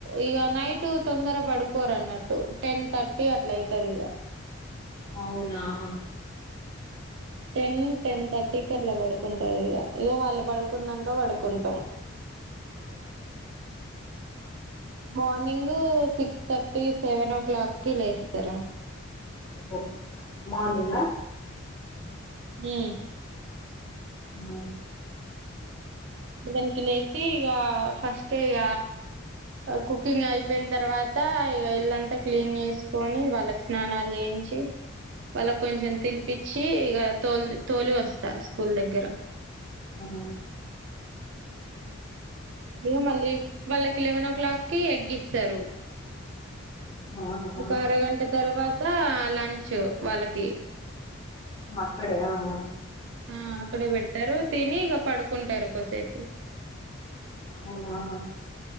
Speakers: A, on the right; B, on the left.
A: ఇగ నైట్ తొందర పడుకోరు అన్నట్టు టెన్ థర్టీ అట్లా అయితాది ఇగ.
B: అవునా. హా
A: టెన్ టెన్ థర్టీకి అలా పడుకుంటారు ఇగ. ఇగ వాళ్ళు పడుకున్నాక పడుకుంటాం.
B: ఆ
A: morning six thirty seven o'clock కి లేస్తారు.
B: ఓహో మార్నింగా
A: మ్
B: హా
A: సెవెన్ కి లేేసి ఇగ ఫస్ట్ ఇగ కుకింగ్ అయిపోయిన తర్వాత ఇగ ఇల్లంతా క్లీన్ చేసుకొని వాళ్ళకి స్నానాలు చేయించి వాళ్ళకు కొంచెం తినిపించి ఇక తోలి తోలి వస్తా స్కూల్ దగ్గర.
B: అహా
A: ఇగో మళ్లీ వాళ్లకి లేవనో క్లాక్కి ఎగ్ ఇస్తారు.
B: ఇంకా ఆహా
A: ఒక
B: ఆ.
A: అరగంట తర్వాత లంచ్ వాళ్ళకి.
B: మా అక్క డియా ఆ
A: ఆ అక్కడే పెడతారు తిని ఇక పడుకుంటారు కోసేపు.
B: అవునా, హా